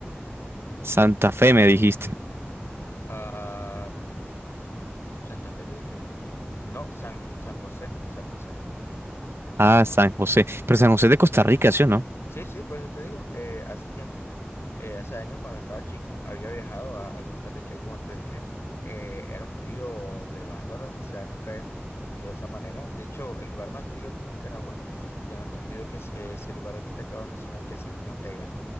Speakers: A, on the right (about 65°); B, on the left (about 75°).
A: Santa Fe me dijiste.
B: Ah, mm, Santa Fe, te dije. No, San, San José, San José.
A: Ah, San José. Pero San José es de Costa Rica, ¿sí o
B: Sí, sí, por eso te digo. eh, hace tiempo, eh, hace años cuando estaba chico, había viajado a, a Costa Rica y como te dije, eh, era un frío de bárbaros, o sea, nunca había sentido un frío de esa manera. De hecho, el lugar más frío aquí en Nicaragua, tengo entendido que es, es el lugar que te acabo de mencionar, que es en Jinotega.